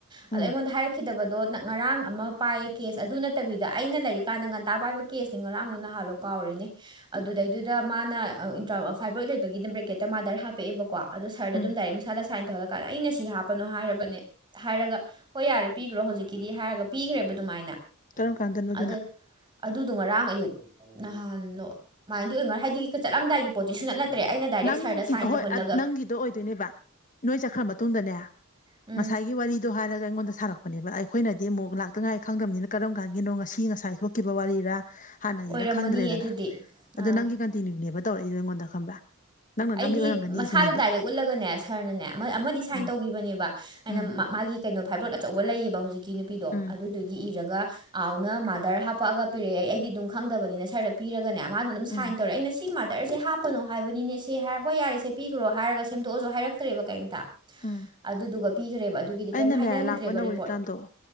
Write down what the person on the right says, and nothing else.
ꯑꯗꯣ
ꯑꯩꯉꯣꯟꯗ ꯍꯥꯏꯔ ꯀꯗꯕꯗꯣ ꯉꯔꯥꯡ ꯑꯃ ꯄꯥꯏꯌꯦ ꯀꯦꯁ ꯑꯗꯨ ꯅꯠꯇꯕꯤꯗ ꯑꯩꯅ ꯂꯩꯔꯤꯀꯥꯟꯗ ꯉꯟꯇꯥ ꯄꯥꯏꯕ ꯀꯦꯁꯅꯤ ꯉꯔꯥꯡꯂ ꯅꯍꯥꯟꯜꯂꯣ ꯀꯥꯎꯔꯦꯅꯦ ꯑꯗꯨꯗꯩꯗꯨꯗ ꯃꯥꯅ ꯏꯟꯇ꯭ꯔꯥ ꯐꯥꯏꯕ꯭ꯔꯣꯏꯗ ꯂꯩꯕꯒꯤꯗ ꯕ꯭ꯔꯦꯀꯦꯠꯇ ꯃꯥꯗꯔ ꯍꯥꯞꯄꯛꯑꯦꯕꯀꯣ ꯑꯗꯣ ꯁꯥꯔꯗ
ꯑꯗꯨꯝ ꯗꯥꯏꯔꯦꯛ ꯃꯁꯥꯗ ꯁꯥꯏꯟ ꯇꯧꯍꯜꯂꯀꯥꯟꯗ ꯑꯩꯅ ꯁꯤ ꯍꯥꯞꯄꯅꯣ ꯍꯥꯏꯔꯕꯅꯦ ꯍꯥꯏꯔꯒ ꯍꯣꯏ ꯌꯥꯔꯦ ꯄꯤꯈ꯭ꯔꯣ ꯍꯧꯖꯤꯛꯀꯤꯗꯤ ꯍꯥꯏꯔꯒ ꯄꯤꯈ꯭ꯔꯦꯕ ꯑꯗꯨꯃꯥꯏꯅ
ꯑꯗ ꯑꯗꯨ ꯑꯗꯨ ꯉꯔꯥꯡ ꯑꯌꯨꯛ ꯅꯍꯥꯟꯂꯣ ꯑꯗꯨꯃꯥꯏꯅꯗꯤ ꯑꯣꯏꯅꯔ ꯍꯥꯏꯗꯤ ꯆꯠꯂꯝꯗꯥꯏꯒꯤ ꯄꯣꯠꯇꯤ ꯁꯨ ꯅꯠ ꯅꯠꯇꯦ ꯅꯠꯇ꯭ꯔꯦ ꯑꯩꯅ ꯗꯥꯏꯔꯦꯛ
ꯁꯥꯔꯗ ꯁꯥꯏꯟ
ꯇꯧꯍꯜꯂꯒ
ꯎꯝ
ꯑꯣꯏꯔꯝꯃꯅꯤ
ꯑꯗꯨꯗꯤ
ꯑꯥ
ꯑꯩꯗꯤ
ꯃꯁꯥꯗ
ꯗꯥꯏꯔꯦꯛ ꯎꯠꯂꯒꯅꯦ ꯁꯥꯔꯅꯅꯦ ꯑꯃꯗꯤ ꯁꯥꯏꯟ
ꯇꯧꯈꯤꯕꯅꯦꯕ ꯑꯩꯅ
ꯃꯥꯒꯤ ꯀꯩꯅꯣ ꯚꯥꯏꯕ꯭ꯔꯣꯠ ꯑꯆꯧꯕ ꯂꯩꯌꯦꯕ ꯍꯧꯖꯤꯛꯀꯤ ꯅꯨꯄꯤꯗꯣ
ꯑꯗꯨꯗꯨꯒꯤ ꯏꯔꯒ ꯑꯥꯎꯅ ꯃꯥꯗꯔ ꯍꯥꯞꯄꯛꯑꯒ ꯄꯤꯔꯛꯑꯦ ꯑꯩꯗꯤ ꯑꯗꯨꯝ ꯈꯪꯗꯕꯅꯤꯅ ꯁꯔꯗ ꯄꯤꯔꯒꯅꯦ ꯃꯥꯅ ꯑꯗꯨꯝ
ꯁꯥꯏꯟ ꯇꯧꯔꯛꯑꯦ ꯑꯩꯅ ꯁꯤ ꯁꯤ ꯃꯥꯗꯔꯁꯦ ꯍꯥꯞꯄꯅꯣ ꯍꯥꯏꯕꯅꯤꯅꯦ ꯁꯤ ꯍꯥꯏ ꯍꯣꯏ ꯌꯥꯔꯦꯁꯦ ꯄꯤꯈ꯭ꯔꯣ ꯍꯥꯏꯔꯒ ꯁꯦꯝꯗꯣꯛꯑꯁꯨ ꯍꯥꯏꯔꯛꯇ꯭ꯔꯦꯕ ꯀꯩꯝꯇ
ꯑꯗꯨꯗꯨꯒ ꯄꯤꯈ꯭ꯔꯦꯕ ꯑꯗꯨꯒꯤꯗꯤ
ꯀꯩꯝ ꯍꯥꯏꯅꯈꯤꯗ꯭ꯔꯦꯕ
ꯔꯤꯄꯣꯔꯠ